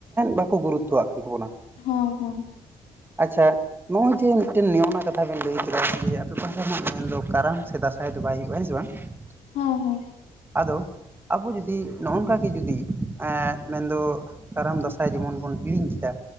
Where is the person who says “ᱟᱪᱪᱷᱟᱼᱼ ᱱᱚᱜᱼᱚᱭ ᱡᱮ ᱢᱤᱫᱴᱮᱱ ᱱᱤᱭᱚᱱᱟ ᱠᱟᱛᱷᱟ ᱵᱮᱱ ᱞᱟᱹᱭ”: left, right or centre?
Right